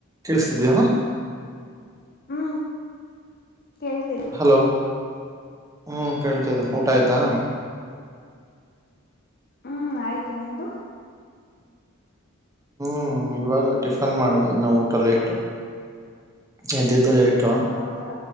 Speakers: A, on the right; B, on the left.
A: ಕೇಳಿಸ್ತಿದ್ಯಾ.
B: ಹ್ಮ ಕೇಳ್ತೀದೇ
A: ಹಲೋ ಹ್ಮ್ ಕೇಳ್ತೇದೆ ಊಟ ಆಯ್ತಾ.
B: ಹ್ಮ್ ಆಯ್ತು ನಿಂದು.
A: ಹ್ಮ್ ಇವಾಗ ಟಿಫನ್ ಮಾಡ್ದೇ ಇನ್ನು ಊಟ ಲೇಟ್ ಎದ್ದಿದ್. ದೇ ಲೇಟು
B: ಹೌದಾ